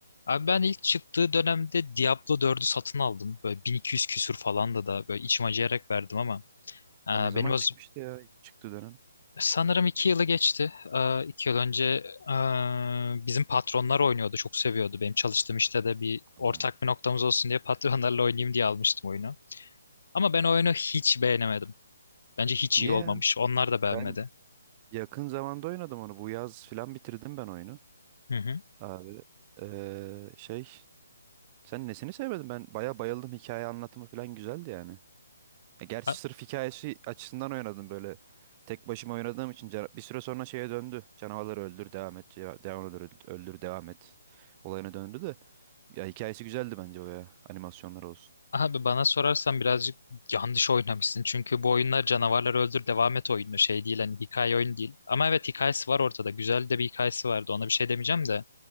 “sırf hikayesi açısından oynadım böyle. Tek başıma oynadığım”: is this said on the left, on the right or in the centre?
Right